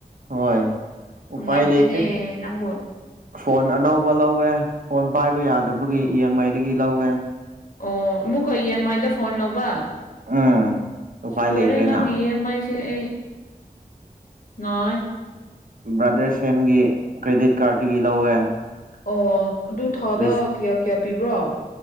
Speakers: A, on the right; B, on the left.
A: ꯍꯣꯏ ꯎꯄꯥꯏ
B: ꯎꯪꯥꯏꯇꯅꯦ
A: ꯂꯩꯇꯦ
B: ꯅꯪꯕꯨ
A: ꯐꯣꯟ ꯑꯅꯧꯕ ꯂꯧꯋꯦ ꯐꯣꯟ ꯄꯥꯏꯕ ꯌꯥꯗꯕꯒꯤ ꯏ ꯑꯦꯝ ꯑꯥꯏꯗꯒꯤ ꯂꯧꯋꯦ꯫
B: ꯑꯣ ꯑꯃꯨꯛꯀ ꯏ ꯑꯦꯝ ꯑꯥꯏꯗ ꯐꯣꯟ ꯂꯧꯕ
A: ꯎꯝ ꯎꯄꯥꯏ
B: ꯂꯣꯏꯔꯦ
A: ꯂꯩꯇ꯭ꯔꯦꯅ
B: ꯅꯪꯒꯤ ꯏꯦꯝ ꯃ ꯑꯩꯁꯦ ꯑꯩ ꯅꯣꯏ
A: ꯕ꯭ꯔꯥꯗꯔ ꯁꯦꯝꯒꯤ ꯀ꯭ꯔꯦꯗꯤꯠ ꯀꯥꯔꯠꯇꯒꯤ ꯂꯧꯋꯦ
B: ꯑꯣ ꯑꯗꯨ ꯊꯥꯗ
A: ꯂꯤꯁ
B: ꯀꯌꯥ ꯀꯌꯥ ꯄꯤꯕ꯭ꯔꯣ